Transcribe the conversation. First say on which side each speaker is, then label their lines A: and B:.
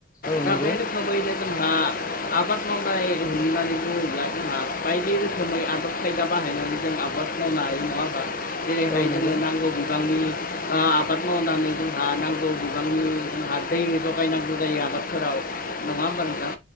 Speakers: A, on the left; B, on the left.
A: औ
B: दा
A: नंगौ
B: बे रोखोमयैनो जोंहा आबाद मावनाय होननानै बुङोब्ला जोंहा बायदि रोखोमै आदब खायदा बाहायनानै जों आबाद मावनो हायो नङा होमबा जेरैहाय
A: औ नंगौ
B: जोंनो नांगौ बिबांनि आबाद मावनानै जोंहा नांगौ बिबांनि जोंहा दै जगायनांगौ जायो आबादफोराव नङा होमबा नोंथां